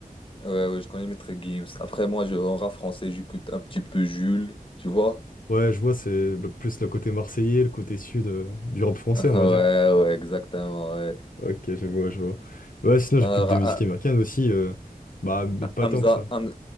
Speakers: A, on the left (about 35°); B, on the left (about 65°).
A: Ouais, ouais, je connais Maître Gims. Après, moi, je, en rap français, j'écoute un petit peu Jules, tu vois? <laughs>
B: Ouais, je vois, c'est le- plus le côté marseillais, le côté sud euh, du rap français,
A: Ouais,
B: on va dire.
A: ouais, exactement, ouais.
B: Ok, je vois, je vois. Ouais, sinon j'écoute
A: Alors,
B: des musiques
A: ah,
B: américaines aussi, euh, bah mais
A: ah,
B: pas
A: Hamza,
B: tant que ça.
A: Ham-